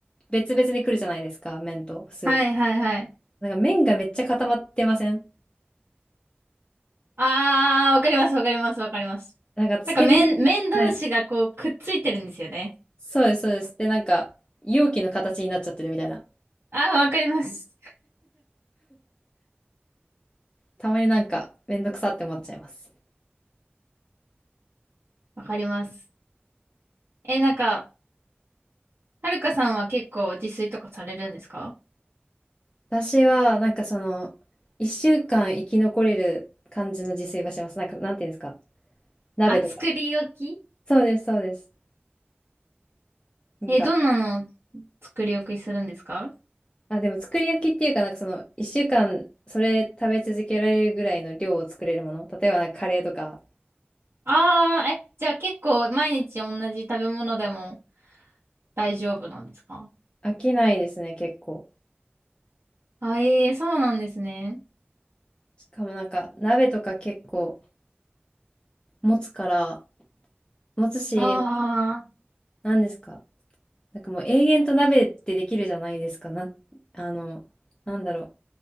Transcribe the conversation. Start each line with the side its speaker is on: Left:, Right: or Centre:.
Left: 別々で来るじゃないですか、麺とスープ。
Right: はいはいはい。
Left: なんか麺がめっちゃ固まってません
Right: あー、わかりますわかりますわかります。
Left: なんか、つけ麺。
Right: なんか麺、麺同士がこうくっついてるんですよね。
Left: はいそうです、そうです。で、なんか、容器の形になっちゃってるみたいな。
Right: あー、わかります。
Left: たまになんか、めんどくさって思っちゃいます。
Right: わかります。え、なんか、はるかさんは結構自炊とかされるんですか
Left: 私は、なんかその、一週間生き残れる感じの自炊はします。なんか、なんていうんですか。鍋とか。
Right: あ、作り置き
Left: そうです、そうです。なんか、
Right: え、どんなの作り置きするんですか
Left: あ、でも作り置きっていうか、なんかその、一週間、それ食べ続けられるぐらいの量を作れるもの。例えば、なんかカレーとか、
Right: ああー、え、じゃあ結構毎日同じ食べ物でも大丈夫なんですか
Left: 飽きないですね、結構。
Right: あ、えー、そうなんですね。
Left: しかもなんか、鍋とか結構、持つから、持つし、
Right: あ
Left: なんですか。なんかもう永遠と鍋ってできるじゃないですか。な、あの、なんだろう。